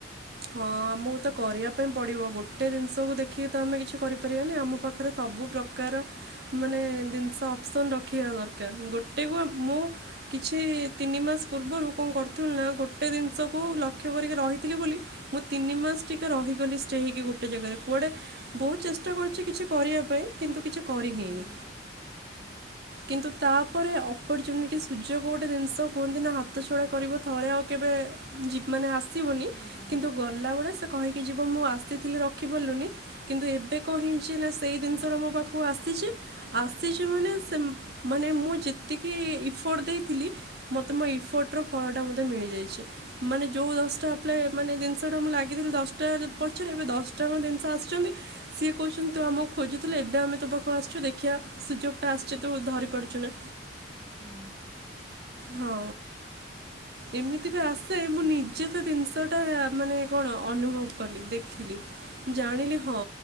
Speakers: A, on the right; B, on the right.
A: ହଁ ଆମକୁ ତ କରିବା ପାଇଁ ପଡ଼ିବ ଗୋଟେ ଜିନିଷକୁ ଦେଖିକି ତ ଆମେ କିଛି କରିପାରିବାନି ଆମ ପାଖରେ ସବୁ ପ୍ରକାର ମାନେ ଜିନିଷ ଅପ୍ସନ୍ ରଖିବା ଦରକାର ଗୋଟେକୁ ମୁଁ କିଛି ତିନି ମାସ ପୂର୍ବରୁ କଣ କରୁଥିଲି ନା ଗୋଟେ ଜିନିଷକୁ ଲକ୍ଷ୍ୟ କରିକି ରହିଥିଲି ବୋଲି। ମୁଁ ତିନି ମାସ ଟିକେ ରହିଗଲି ଷ୍ଟେ ହେଇକି ଗୋଟେ ଜାଗାରେ କୁଆଡ଼େ ବହୁତ ଚେଷ୍ଟା କରୁଛି କିଛି କରିବା ପାଇଁ କିନ୍ତୁ କିଛି କରି ହେଇନି।
B: ହୁଁ
A: କିନ୍ତୁ ତାପରେ ଅପର୍ଚୁନିଟି ସୁଯୋଗ ଗୋଟେ ଜିନିଷ କୁହନ୍ତି ନା ହାତ ଛଡା କରିବ ଥରେ ଆଉ କେବେ ମାନେ ଆସିବନି।
B: ହୁଁ
A: କିନ୍ତୁ ଗଲାବେଳେ ସେ କହିକି ଯିବ ମୁଁ ଆସିଥିଲି ରଖିପାରିଲୁନି କିନ୍ତୁ ଏବେ କହି ଯେ ନା ସେଇ ଜିନିଷଟା ମୋ ପାଖକୁ ଆସିଛି ଆସିଛି ମାନେ ସେ ମାନେ ମୁଁ ଯେତିକି ଇଫୋର୍ଟ ଦେଇଥିଲି ମୋତେ ମୋ ଇଫୋର୍ଟର ଫଳଟା ମୋତେ ମିଳିଯାଇଛି ମାନେ ଯେଉଁ ଦଶଟା ଆପ୍ ମାନେ ଜିନିଷଟା ମୁଁ ଲାଗିଥିଲି ଦଶଟା ପଛରେ ଏବେ ଦଶଟାଙ୍କ ଜିନିଷ ଆସୁଛନ୍ତି ସିଏ କହୁଛନ୍ତି ତୁ ଆମକୁ ଖୋଜୁୁଥୁଲୁ ଏବେ ଆମେ ତୋ ପାଖକୁ ଆସିଛୁ ଦେଖିଆ ସୁଯୋଗ ଟା ଆସିଛି ତୁ ଧରି ପାରୁଛୁ ନା
B: ହୁଁ।
A: ହଁ ଏମିତି ବି ଆସେ ମୁଁ ନିଜେ ସେ ଜିନିଷ ଟା ମାନେ କଣ ଅନୁଭବ କଲି ଦେଖିଲି ଜାଣିଲି ହଁ